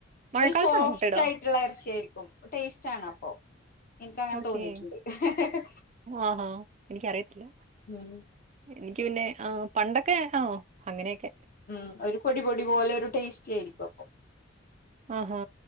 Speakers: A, on the right (about 35°); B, on the left (about 45°).
A: മഴക്കാലത്താണോ
B: സോഫ്റ്റ്
A: മുട്ടയിടാ
B: ആയിട്ടുള്ള എറച്ചിയിരിക്കും ടേസ്റ്റ് ആണ് അപ്പോ എനിക്ക അങ്ങനെ
A: ഓക്കേ
B: തോന്നിട്ണ്ട ഹ്ഹ്ഹ്
A: ആഹാ എനിക്കറിയത്തില്ല
B: ഉം
A: എനിക്ക് പിന്നെ ആ് പണ്ടൊക്കെ ആ അങ്ങനെയൊക്കെ
B: ഉം ഒരു പൊടി പൊടി പോലെ ഒരു ടേസ്റ്റയിരിക്കും അപ്പൊ
A: ആഹഹാ